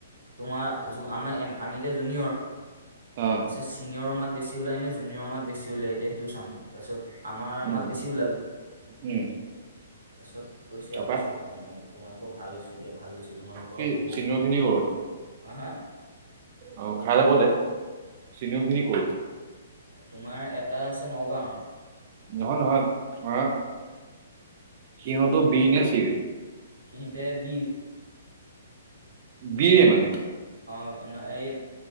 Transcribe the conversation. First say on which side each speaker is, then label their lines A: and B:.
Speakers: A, on the right; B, on the right.
A: তোমাৰ আমা আমি এতিয়া জুনিয়ৰ।
B: অ'।
A: কৈছে চিনিয়ৰৰ মাত বেছি ওলাই নে জুনিয়ৰৰ মাত বেছি ওলাই এতিয়া সেইটো চাম। তাৰপিছত আমাৰ
B: উম,
A: মাত বেছি ওলাল।
B: উম,
A: তাৰপিছত এতিয়া
B: তাৰপা
A: অৱশ্যে এইটো তোমা-তোমালোকৰ ভাল হৈছে দিয়া ভাল হৈছে, তোমালোকৰ
B: কি
A: হ'ব
B: চিনিয়ৰ
A: হ'ব
B: খিনি
A: বুলি
B: কৰ
A: তোমালোকৰ, হা হা?
B: অ', খাই যাব দে, চিনিঅ'ৰখিনি ক'ৰ?
A: তোমাৰ এটা আছে নগাঁৱৰ।
B: নহয় নহয়, মানে সিহঁতো বি নে ছিৰ?
A: সিহঁতে বিৰ।
B: বিয়ে মানে?
A: অ', ন-এই